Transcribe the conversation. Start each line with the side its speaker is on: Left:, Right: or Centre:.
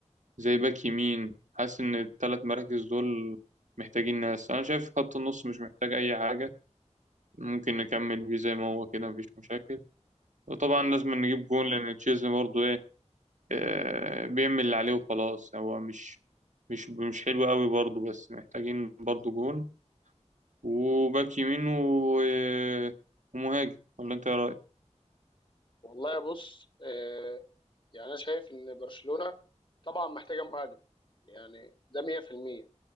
Right: زي باك يمين حاسس ان الثلاث
Left: مم.
Right: مراكز دول محتاجين ناس انا شايف خط النص مش محتاج اي حاجه ممكن نكمل بيه زي ما هو كده مفيش مشاكل وطبعا
Left: مم.
Right: لازم نجيب جون لان تشيزني برضه ايه آه، بيعمل اللي عليه وخلاص هو مش مش مش حلو قوي برضه بس محتاجين برضه جون وباك يمين و... آه، ومهاجم ولا انت ايه رايك
Left: والله بص آه يعني انا شايف ان برشلونه طبعا محتاجه مهاجم يعني ده 100%